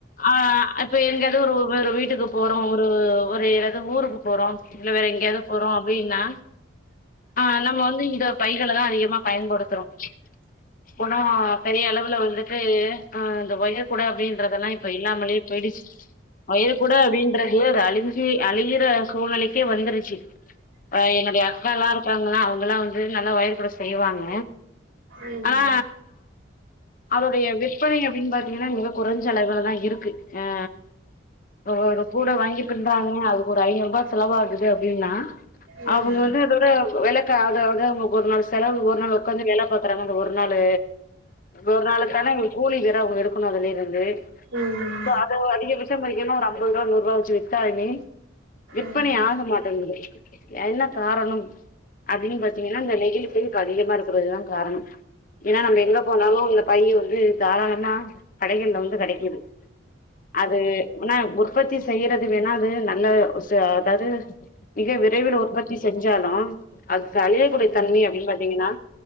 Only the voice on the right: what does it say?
ம்
ம்
ம்
ம்